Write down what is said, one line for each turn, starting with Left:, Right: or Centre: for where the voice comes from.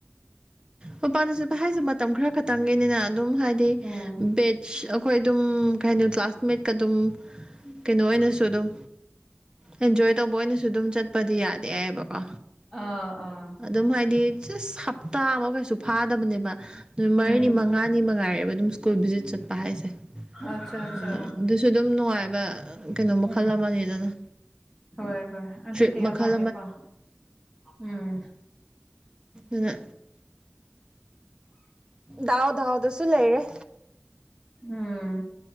Right: ꯃꯄꯥꯅ ꯆꯠꯄ ꯍꯥꯏꯁꯦ ꯃꯇꯝ ꯈꯔ ꯈꯛꯇꯪꯒꯤꯅꯤꯅ ꯑꯗꯨꯝ ꯍꯥꯏꯗꯤ
Centre: ꯎꯝ
Right: ꯕꯦꯠ ꯑ ꯑꯩꯈꯣꯏ ꯑꯗꯨꯝ ꯀꯩ ꯍꯥꯏꯅꯤ ꯀ꯭ꯂꯥꯁꯃꯦꯠꯀ ꯑꯗꯨꯝ ꯀꯩꯅꯣ ꯑꯣꯏꯅꯁꯨ ꯑꯗꯨꯝ ꯑꯦꯟꯖꯣꯏ ꯇꯧꯕ ꯑꯣꯏꯅꯁꯨ ꯑꯗꯨꯝ ꯆꯠꯄꯗꯤ ꯌꯥꯗꯦ ꯍꯥꯏꯏꯕ
Centre: ꯑꯥ ꯑꯥ
Right: ꯑꯗꯨꯝ ꯍꯥꯏꯗꯤ ꯆꯁ ꯍꯞꯇꯥ ꯑꯃ ꯀꯩꯁꯨ ꯁꯨ ꯐꯥꯗꯕꯅꯦꯕ ꯅꯨꯃꯤꯠ ꯃꯔꯤꯅꯤ
Centre: ꯎꯝ
Right: ꯃꯉꯥꯅꯤ ꯃꯉꯥꯏꯔꯦꯕ ꯑꯗꯨꯝ ꯁ꯭ꯀꯨꯜ ꯚꯤꯖꯤꯠ ꯆꯠꯄ ꯍꯥꯏꯁꯦ
Centre: ꯑꯆꯥ ꯑꯆꯥ
Right: ꯑꯗ ꯑꯗꯨꯁꯨ ꯑꯗꯨꯝ ꯅꯨꯡꯉꯥꯏꯕ ꯀꯩꯅꯣ ꯃꯈꯜ
Centre: ꯎꯝ
Right: ꯑꯃꯅꯤꯗꯅ
Centre: ꯍꯣꯏ ꯍꯣꯏ ꯑꯗꯨꯗꯤ
Right: ꯇ꯭ꯔꯤꯞ ꯃꯈꯜ
Centre: ꯑꯃꯅꯤꯀꯣ ꯎꯝ
Right: ꯑꯅ ꯗꯥꯎ ꯗꯥꯎꯗꯁꯨ ꯂꯩꯔꯦ
Centre: ꯎꯝ